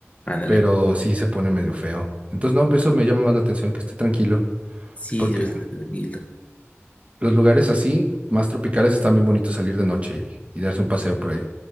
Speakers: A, on the left (about 30°); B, on the right (about 30°).
A: Ándale.
B: Pero sí se pone medio feo. Entonces, no, eso me llama más la atención, que esté tranquilo,
A: Sí,
B: porque
A: es bastante tranquilo.
B: Los lugares así, más tropicales, están bien bonitos salir de noche y, y darse un paseo por ahí.